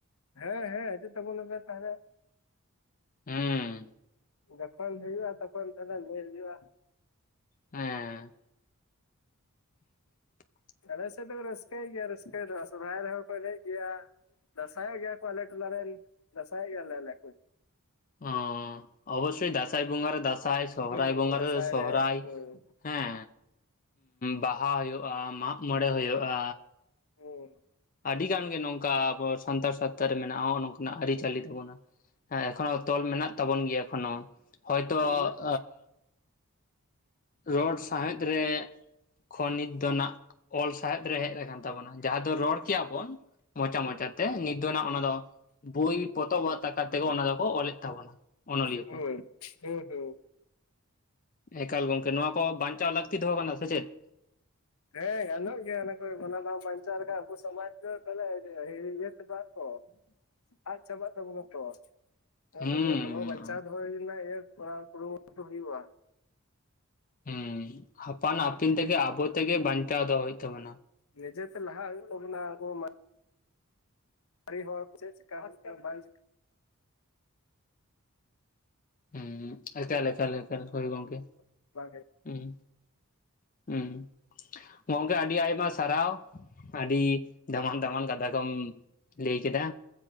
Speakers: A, on the left (about 75°); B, on the left (about 40°).
A: ᱦᱮᱸ ᱦᱮᱸ ᱦᱤᱡᱩᱜ ᱛᱟᱵᱚᱱ ᱞᱮᱯᱮ ᱛᱟᱦᱚᱞᱮ᱾
B: ᱦᱩᱸ
A: ᱡᱚᱠᱷᱚᱱ ᱦᱩᱭᱩᱜᱼᱟ ᱛᱚᱠᱷᱚᱱ ᱛᱟᱦᱚᱞᱮ ᱞᱟᱹᱭ ᱦᱩᱭᱩᱜᱼᱟ᱾
B: ᱦᱮᱸ <unintelligible>
A: ᱟᱞᱮ ᱥᱮᱫ ᱫᱚ ᱨᱟᱹᱥᱠᱟᱹᱭ ᱜᱮᱭᱟ ᱨᱟᱹᱥᱠᱟᱹ ᱫᱚ ᱥᱚᱨᱚᱦᱟᱭ ᱨᱮᱦᱚᱸ ᱠᱚ ᱮᱱᱮᱡ ᱜᱮᱭᱟ᱾ ᱫᱟᱸᱥᱟᱭ ᱜᱮᱭᱟ ᱠᱚ ᱟᱞᱮ ᱴᱚᱞᱟ ᱫᱟᱸᱥᱟᱭ ᱜᱮᱭᱟ ᱞᱮ ᱟᱞᱮ᱾
B: ᱚ ᱚᱵᱚᱥᱥᱚᱭ ᱫᱟᱸᱥᱟᱭ ᱵᱚᱸᱜᱟ ᱨᱮ ᱫᱟᱸᱥᱟᱭ ᱥᱚᱦᱨᱟᱭ
A: ᱦᱩᱸ
B: ᱵᱚᱸᱜᱟ
A: ᱫᱟᱸᱥᱟᱭ
B: ᱨᱮ ᱥᱚᱦᱨᱟᱭ
A: ᱦᱩᱸ
B: ᱦᱮᱸ ᱵᱟᱦᱟ ᱦᱩᱭᱩᱜᱼᱟ ᱢᱟᱜ ᱢᱚᱬᱮ ᱦᱩᱭᱩᱜᱼᱟ᱾
A: ᱦᱩᱸ
B: ᱟᱰᱤ ᱜᱟᱱ ᱜᱮ ᱱᱚᱝᱠᱟ ᱵᱚᱥᱼᱼ ᱥᱟᱱᱛᱟᱲ ᱥᱟᱶᱛᱟ ᱨᱮ ᱢᱮᱱᱟᱜ-ᱟ ᱚ ᱱᱚᱝᱠᱟ ᱱᱟᱜ ᱟᱹᱨᱤ ᱪᱟᱹᱞᱤ ᱛᱟᱵᱚᱱᱟ ᱦᱮᱸ
A: ᱦᱩᱸ
B: ᱮᱠᱷᱚᱱᱚ ᱛᱚᱞ ᱢᱮᱱᱟᱜᱼᱼ ᱛᱟᱵᱚᱱ ᱜᱮᱭᱟ ᱮᱠᱷᱚᱱᱚ ᱦᱚᱭᱛᱟ ᱚᱜᱼᱼ
A: ᱢᱮᱱᱟᱜ
B: ᱨᱚᱲ ᱥᱟᱶᱦᱮᱫᱽ ᱨᱮᱼᱼ ᱠᱷᱚᱱ ᱱᱤᱛ ᱫᱚ ᱱᱟᱜ, ᱚᱞ ᱥᱟᱶᱦᱮᱫ ᱨᱮ ᱦᱮᱡ ᱟᱠᱟᱱ ᱛᱟᱵᱚᱱᱟ ᱡᱟᱦᱟᱸ ᱫᱚ ᱨᱚᱲᱼᱼ ᱠᱮᱜ-ᱟ ᱵᱚᱱ ᱢᱚᱪᱟ ᱢᱚᱪᱟ ᱛᱮ ᱱᱤᱛ ᱫᱚ ᱱᱟᱜ ᱚᱱᱟ ᱫᱚᱼᱼ ᱵᱳᱭ ᱯᱚᱛᱚᱵᱽ ᱟᱠᱟ ᱛᱮᱜᱮ ᱚᱱᱟ ᱫᱚᱠᱚ ᱚᱞᱮᱫ ᱛᱟᱵᱚᱱᱟ᱾ ᱚᱱᱚᱞᱤᱭᱟᱹ
A: ᱦᱳᱭ,
B: ᱠᱚ
A: ᱦᱩᱸ ᱦᱩᱸ᱾
B: ᱮᱠᱟᱞ ᱜᱚᱝᱠᱮ, ᱱᱚᱣᱟ ᱠᱚ ᱵᱟᱧᱪᱟᱣ ᱞᱟᱠᱛᱤ ᱫᱚᱦᱚ ᱠᱟᱱᱟ ᱥᱮ ᱪᱮᱫ!
A: ᱦᱮᱸ ᱜᱟᱱᱚᱜ ᱜᱮᱭᱟ ᱚᱱᱟ ᱠᱚ ᱚᱱᱟ ᱵᱟᱢ‌ ᱵᱟᱧᱪᱟᱣ ᱨᱮᱠᱷᱟᱡ‌ ᱟᱵᱩ ᱥᱚᱢᱟᱪ ᱫᱚ ᱛᱟᱦᱚᱞᱮ ᱤᱨᱮ ᱤᱭᱟᱹ ᱪᱟᱵᱟᱜ ᱛᱚ ᱾ ᱟᱫ ᱪᱟᱵᱟᱜ ᱛᱟᱵᱚᱱᱟ ᱛᱚ᱾ ᱚᱱᱟ
B: ᱦᱩᱸ
A: ᱛᱮᱜᱮ ᱫᱚᱦᱚ ᱵᱟᱧᱪᱟᱣ ᱫᱚᱦᱚᱭ ᱨᱮᱱᱟᱜ ᱤᱭᱟᱹ ᱠᱚᱨᱟᱣ ᱠᱩᱨᱩᱢᱩᱴᱩ ᱦᱩᱭᱩᱜᱼᱟ᱾
B: ᱦᱩᱸ, ᱟᱯᱟᱱ ᱟᱹᱯᱤᱱ ᱛᱮᱜᱮ ᱟᱵᱚ ᱛᱮᱜᱮ ᱵᱟᱧᱪᱟᱣ ᱫᱚᱦᱟ ᱦᱩᱭᱩᱜ ᱛᱟᱵᱚᱱᱟ᱾
A: ᱱᱤᱡᱮ ᱛᱮ ᱞᱟᱦᱟ ᱦᱩᱭᱩᱜ ᱛᱟᱵᱚᱱᱟ ᱟᱵᱚ ᱢᱟᱸ ᱟᱲᱤ ᱦᱚᱲ ᱠᱚ ᱪᱮᱜ ᱪᱮᱠᱟᱜ ᱵᱟᱝ ᱪᱮ
B: ᱦᱩᱸ
A: ᱪᱮᱠᱟ
B: ᱮᱠᱟᱞ ᱮᱠᱟᱞ ᱮᱠᱟᱞ, ᱦᱳᱭ ᱜᱚᱝᱠᱮ᱾
A: ᱴᱷᱤᱠ
B: ᱩᱸ, ᱩᱸ, ᱜᱚᱝᱠᱮ ᱟᱰᱤ ᱟᱭᱢᱟ ᱥᱟᱨᱦᱟᱣ᱾ ᱟᱰᱤ ᱫᱟᱢᱟᱱ ᱫᱟᱢᱟᱱ ᱠᱟᱛᱷᱟ ᱠᱚᱢ ᱞᱟᱹᱭ ᱠᱮᱫᱟ᱾